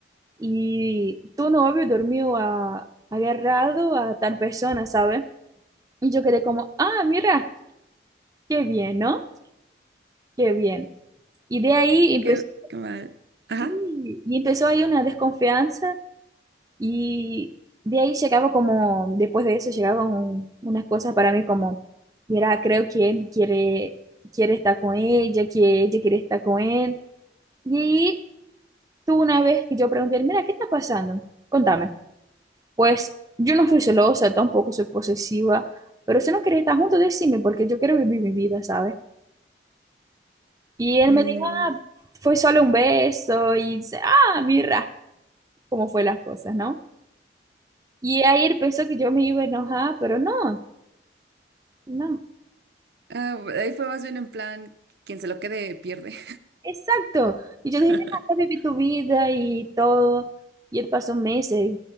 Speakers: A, on the right (about 20°); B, on the right (about 65°).
A: y tu novio durmió a- agarrado a tal persona, ¿sabes? Y yo quedé como, ah, mira, qué bien, ¿no? Qué bien. Y de ahí empezó,
B: Qué, qué mal. Ajá.
A: sí, y empezó ahí una desconfianza Y de ahí llegaba como, después de eso llegaban un- unas cosas para mí como, mira, creo que él quiere, quiere estar con ella, que ella quiere estar con él. Y ahí tú una vez que yo pregunté, mira, ¿qué está pasando? Contame. Pues yo no soy celosa, tampoco soy posesiva, pero si no quieres estar juntos, decime, porque yo quiero vivir mi vida, ¿sabes? Y él
B: Mm,
A: me dijo, ah, fue solo un beso, y dice, ah, mira, cómo fue las cosas, ¿no? Y ahí él pensó que yo me iba a enojar, pero no. No,
B: Ah, ahí fue más bien en plan, quien se lo quede pierde.
A: exacto. Y yo
B: <laughs>
A: dije, mira, estás viviendo tu vida y todo. Y él pasó meses,